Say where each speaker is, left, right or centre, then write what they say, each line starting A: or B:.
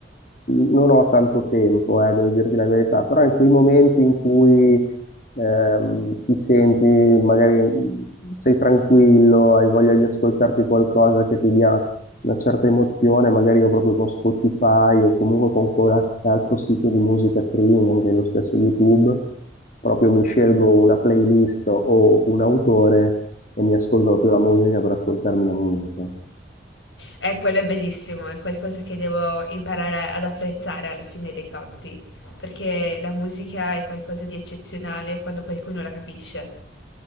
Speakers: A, on the left (about 45°); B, on the left (about 85°).
A: non ho tanto tempo, eh, devo dirti la verità, però in quei momenti in cui ehm, ti senti, magari mh, sei tranquillo, hai voglia di ascoltarti qualcosa che ti dia una certa emozione, magari io proprio con Spotify o comunque con qualche altro sito di musica streaming, anche lo stesso YouTube, proprio mi scelgo una playlist o un autore e mi ascolto proprio la musica per ascoltarmi la musica.
B: eh, quello è bellissimo, è qualcosa che devo imparare ad apprezzare alla fine dei conti, perché la musica è qualcosa di eccezionale quando qualcuno la capisce.